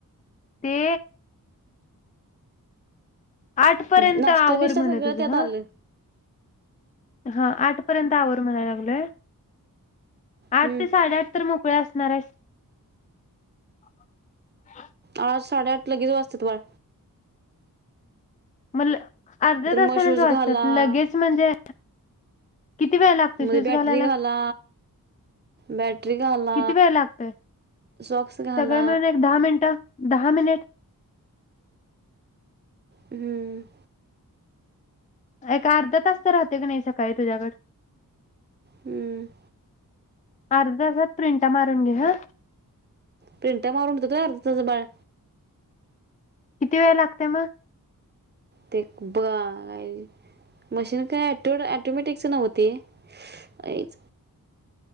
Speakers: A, on the left; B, on the right.
A: ते आठ पर्यंत
B: नाश्ता-
A: आवर
B: बिष्टा
A: म्हण
B: सगळं,
A: तुझं
B: त्यात
A: हा
B: आलं.
A: हा आठ पर्यंत आवर म्हणायला लागलय. आठ
B: हम्म
A: ते साडेआठ तर मोकळे्या असणार आहे. ह <unintelligible>
B: आठ साडेआठ लगेच वाजते होय.
A: मल <unintelligible> अर्ध्या तासानच
B: मग शूज
A: वाचतात,
B: घाला
A: लगेच म्हणजे? किती वेळ लागतोय
B: मध्ये
A: शूज
B: बॅटरी
A: घालायला?
B: घाला बॅटरी घाला
A: किती वेळ लागतोय?
B: सॉक्स घाला
A: सगळे मिळून एक दहा मिनटं? दहा मिनिट.
B: हम.
A: एक अर्धा तास तर राहते का नाही सकाळी तुझ्याकड?
B: हम.
A: अर्धा तास प्रिंटा मारून घे हं
B: प्रिंटा मारून होत्यात होय, अर्धा तासात बाळ?
A: किती वेळ लागते मग?
B: ते, ब.. का मशीन काही अँटोमॅटिकच नव्ह ते <unintelligible>